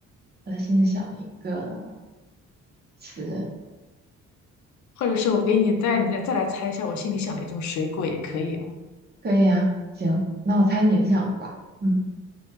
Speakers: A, on the right; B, on the left.
A: 我在心里想一个词，
B: 或者是我给你再你再再来猜一下我心里想的一种水果也可以哦。
A: 可以啊，行，那我猜你想的吧，嗯